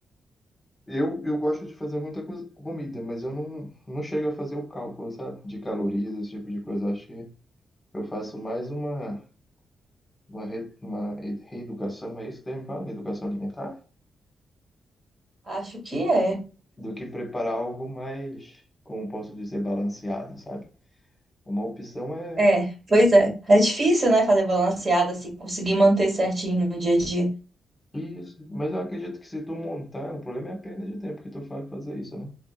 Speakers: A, on the left; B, on the right.
A: eu, eu gosto de fazer muita co- comida, mas eu não, não chego a fazer o cálculo, sabe? De calorias, esse tipo de coisa. Acho que eu faço mais uma. uma, re- uma e- reeducação, é isso o termo que fala? Reeducação alimentar?
B: Acho que é.
A: Do que preparar algo mais, como posso dizer, balanceado, sabe? Uma opção é
B: É, pois é. É difícil, né, fazer balanceado, assim, conseguir manter certinho no dia a dia.
A: isso, mas eu acredito que se tu montar, o problema é a perda de tempo que tu faz pra fazer isso, né?